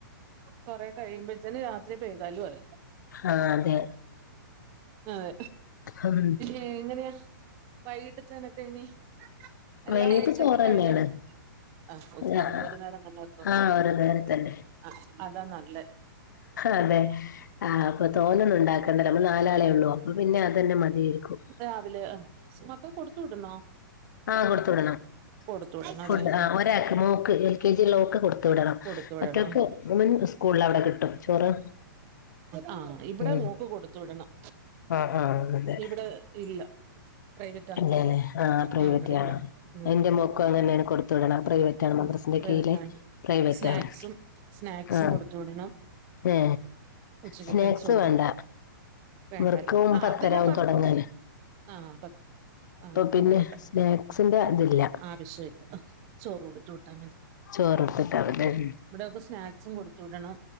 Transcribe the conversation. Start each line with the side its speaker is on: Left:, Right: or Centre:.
Right: കൊറേ കഴിയുമ്പത്തേന് രാത്രി പെയ്താലും ആയി
Left: ആഹ് അതെ
Right: അതെ
Left: ഹം
Right: ഏ എങ്ങനെയാ വൈകീട്ടത്തേനൊക്കെ ഇനി എല്ലാം
Left: വൈകിട്ട്
Right: ഉച്ചക്ക്‌
Left: ചോറന്നെയാണ്
Right: കഴിഞ്ഞോ? ആഹ് ഒ ഒന്ന്
Left: ആഹ്
Right: ഒരു നേരം തന്നെ വെക്കും
Left: ആഹ് ഒരു നേരത്തന്നെ
Right: ആഹ് അതാ നല്ലേ
Left: അതെ ആഹ് അപ്പൊ തോനൊന്നുണ്ടാ ക്കണ്ട നമ്മള് നാലാളെ ഉള്ളൂ അപ്പൊ പിന്നെ അതന്നെ മതിയാരിക്കും
Right: രാവിലെയൊ മക്കക്ക്‌ കൊടുത്തു വിടണോ?
Left: ആഹ് കൊടുത്തു വിടണം
Right: കൊടുത്തു വിടണം
Left: ഫുഡ്
Right: അല്ലേ
Left: ആ
Right: ഉം
Left: ഒരാക്ക് മോക്ക്. കെ ജി ള്ളോക്ക്‌ കൊട്ത്ത് വിടണം
Right: കൊടുത്തു വിടണം
Left: മറ്റോക്ക്‌ ഇവൻ സ്കൂള്ളവിടെ കിട്ടും ചോറ്
Right: ആ ഇവിടെ
Left: ഉം
Right: മോക്ക് കൊടുത്തു വിടണം
Left: ആഹ് ആഹ് അതെ
Right: ഇവിടെ ഇല്ല പ്രൈവറ്റാ
Left: അല്ലലേ ആ പ്രൈറ്റ്
Right: ആഹ് ഇവിടെ ഇല്ല
Left: ആ
Right: ഉം
Left: അതിന്റെ മോക്കും അങ്ങനെന്നേണ് കൊടുത്തു വിടണം പ്രൈവറ്റ് റ്റാണ് മദ്രസിന്റെ
Right: ഉം പ്രൈവറ്റാണ്
Left: കീഴിലെ പ്രൈവറ്റ്
Right: സ്നാക്സും
Left: ആണ്
Right: സ്നാക്സും
Left: ആ
Right: കൊടുത്തു വിടണം
Left: ഏ
Right: ഉച്ചക്കത്തേന്
Left: സ്നാക്സ്
Right: ചോറും
Left: വേണ്ട
Right: വേണ്ട
Left: വർക്കും
Right: അല്ലേ ആഹ്
Left: പത്തരാവും
Right: അതല്ലേ പത്തും
Left: തുടങ്ങാൻ
Right: ആഹ് പത് ആഹ് അതുകൊണ്ട്
Left: പിന്നെ
Right: പോട്ടെ
Left: സ്നാക്സിന്റെ ഇതില്ല
Right: ആവശ്യല്ല ചോറ് കൊടുത്തു വിട്ടാ മതി
Left: ചോറൊട്ത്തിട്ടാമത്
Right: ഉം
Left: തെൻ
Right: ഇവിടെയൊക്കെ സ്നാക്സും കൊടുത്തു വിടണം